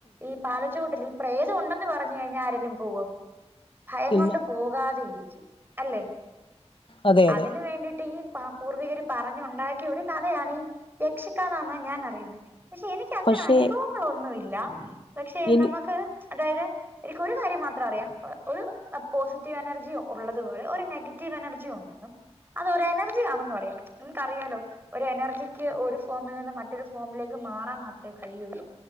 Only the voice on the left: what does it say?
ഇല്ല
അതെ അതെ
പക്ഷെ
എനി